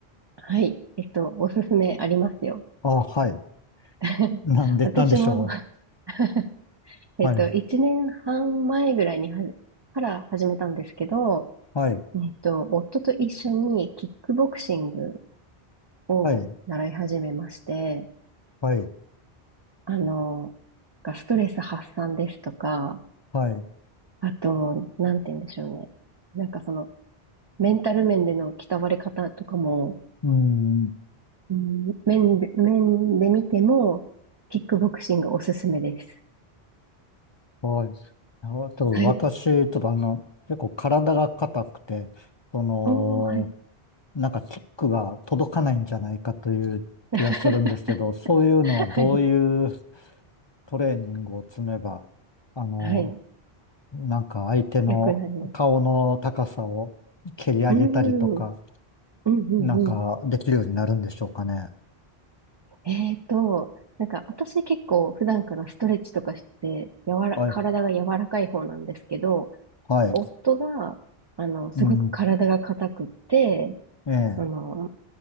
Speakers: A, on the right (about 45°); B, on the left (about 40°).
A: はい。えっと、おすすめありますよ。
B: あ、はい。
A: <laughs>
B: なんで、
A: 私も
B: なんでしょ
A: <laughs> えっと、
B: う。はい。
A: 1年半前ぐらいにはじ、から始めたんですけど、
B: はい。
A: えっと、夫と一緒にキックボクシングを習い始めまして、
B: はい。はい。
A: あの、がストレス発散ですとか、
B: はい。
A: あと、なんて言うんでしょうね。なんかその、メンタル面での鍛われ方とかも、
B: うん。
A: うん、面で、面で見ても、キックボクシングおすすめです。
B: はい。あと、
A: はい。
B: 私、ちょっとあの、結構体が硬くて、その、
A: おー、はい。
B: なんかキックが届かないんじゃないかという気がするんですけど、
A: <laughs>
B: そういうのはどういう
A: はい。
B: トレーニングを積めば、あの、
A: はい。
B: なんか相手の顔の高さを蹴り上げたりとか、
A: よくなる。うん。うん、うん、
B: なんかできるようになるんでしょうかね。
A: うん。えーと、なんか私結構普段からストレッチとかして、柔ら、
B: はい。
A: 体が柔らかい方なんですけど、
B: はい。
A: 夫が、あの、すごく体が硬くって、
B: うん。ええ。
A: あの、